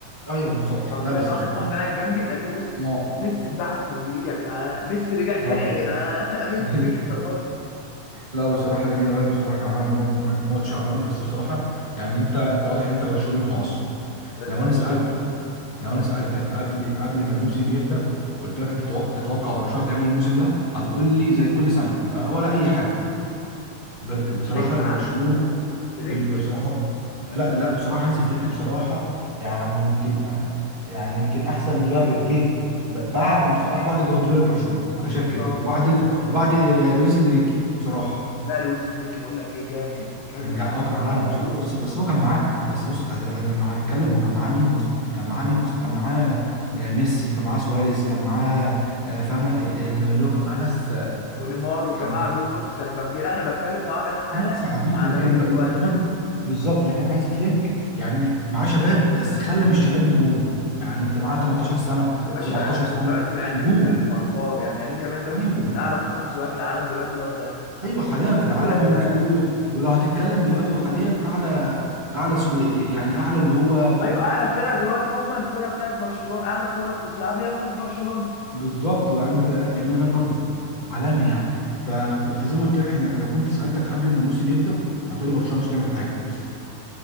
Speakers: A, on the right (about 25°); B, on the left (about 90°).
A: ايوه بالظبط
B: حرفيا
A: لا بس
B: أنا
A: بصراحه
B: واحد صاحبي قاعد جنبي قال لي بص
A: اه
B: ميسي اتبعث من جديد يا جدعان ميسي رجع تاني
A: لا
B: يا جدعان <laughs> امنت
A: <laughs>
B: بيك يا راجل.
A: لا بصراحة لامين يامال بصراحة كان عامل مو- م- ماتش عالمي بس بصراحة يعني انت انت واضح ان انت برشلوني متعصب
B: يا
A: لو
B: يا
A: انا
B: باشا
A: سألتك لو انا سألتك قبل قبل ما الموسم يبدأ قلت لك انت تتوقع تتوقع برشلونة تعمل ايه الموسم ده هتقول لي زي كل سنة آه، ولا اي حاجة ب-
B: بس
A: بصراحة
B: فليك عمل
A: برشلونة
B: فليك
A: ب- بصراحة لا لا بصراحة هانز فليك بصراحة يعني يمكن آه، يعني يمكن احسن مدرب جه ب- بعد بصراحة بعد جوارديولا لبرشلونة انا
B: بالظبط
A: شايف كده وبعد ال-
B: هو ده
A: وبعد آه، لويس انريكي بصراحة
B: لا لويس انريكي بقول لك ايه جامد الراجل
A: كان جع...
B: ده عامل
A: اه كان عالمي
B: مع باريس
A: بصراحه بس بس هو كان معاه بس بص انت هت- لو هنتكلم هو كان معاه مين يا اسطى كان معاه مين اصلا كان معاه م- ميسي كان معاه سواريز كان معاه آه، فاهمه اللي اللي هو كان معاه ناس آه،
B: ونيمار والجماعه
A: كان معاه
B: دول بص كانوا جامدين لا انا بتكلم انه عامل حاله
A: ناس عاديين
B: مع باريس
A: لكن لكن
B: دلوقتي
A: هان... بالظبط لكن هانزي فليك يعني معاه شباب بس خلى من الشباب نجوم يعني انت معاه 18 سنه
B: يا باشا
A: 17
B: انت
A: سنه
B: دلوقتي العيال
A: نجوم
B: دي بتتكلم في ارقام يعني يمين يامال ده ممكن
A: ايوه
B: يكون اعلى قيمه تسويقيه في العالم دلوقتي الواد ده
A: ايوه حاليا
B: آه،
A: في العالم ويمكن و- و- ولو هتتكلم دلوقتي وحاليا اعلى اعلى سكو... يعني اعلى اللي هو
B: ايوه اعلى فرقه دلوقتي هم الفرقه بتاعت برشلونه اعلى كوره بتتلعب هي كوره برشلونه
A: بالظبط وعندك ل- لامين يامال برضه عالمي يعني ف... ف- فزي ما قلت لك احنا لو كنت سالتك قبل ما الموسم يبدا هتقولي برشلونه مش هتعمل حاجه بس